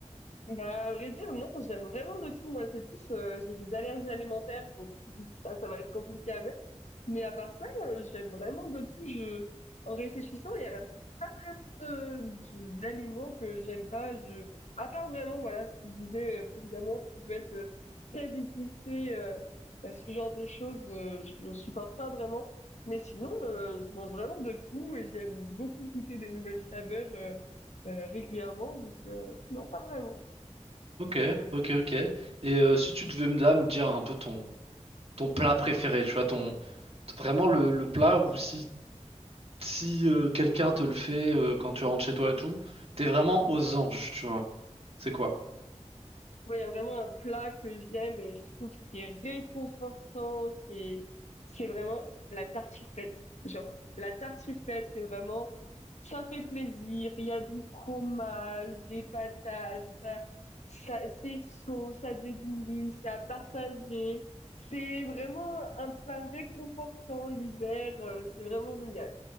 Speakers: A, on the left; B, on the right.
A: Bah à vrai dire, non, j'aime vraiment de tout, moi c'est plus, euh, j'ai des allergies alimentaires, donc ça, ça va être compliqué à mettre. Mais à part ça, euh, j'aime vraiment de tout. Je... En réfléchissant, il n'y a pas vraiment de, de- d'aliments que j'aime pas. Je... À part vraiment, voilà, ce que je disais euh, précédemment, ce qui peut être euh, très épicé, euh, euh, ce genre de choses, euh, je ne supporte pas vraiment. Mais sinon, euh, je mange vraiment de tout et j'aime beaucoup goûter des nouvelles saveurs euh, euh, régulièrement. Donc, euh, non, pas vraiment.
B: Ok, ok, ok. Et euh, si tu devais me- là me dire un peu ton, ton plat préféré, tu vois, ton, vraiment le, le plat où si si euh, quelqu'un te le fait euh, quand tu rentres chez toi et tout, t'es vraiment aux anges, tu vois. C'est quoi?
A: Moi, il y a vraiment un plat que j'aime et je trouve qui est réconfortant, qui est, c'est vraiment la tartiflette. Genre, la tartiflette, c'est vraiment, ça fait plaisir, il y a du fromage, des patates, ça, ça, c'est chaud, ça dégouline, c'est à partager. C'est vraiment un plat réconfortant l'hiver, euh, c'est vraiment génial.